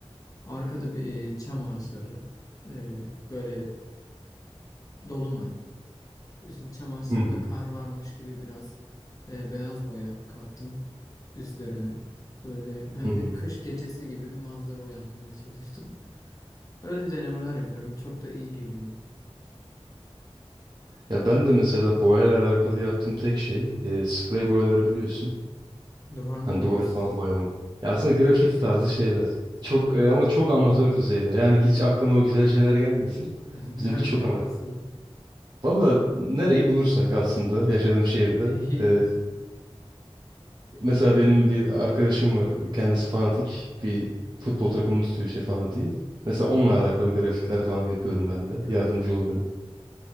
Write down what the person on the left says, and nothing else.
arkada bir e, çam ağaçları, e, böyle dolunay, işte çam ağaçlarında
kar varmış gibi biraz e, beyaz boya kattım üstlerine. Böyle hani
bir kış gecesi gibi bir manzara uyandırmaya çalıştım. Öyle denemeler yapıyorum. Çok da iyi geliyor.
Duvar mı
boyuyorsun?
<laughs>
Nerede
yapıyorsun?
onu?
E, İyiymiş.
Ya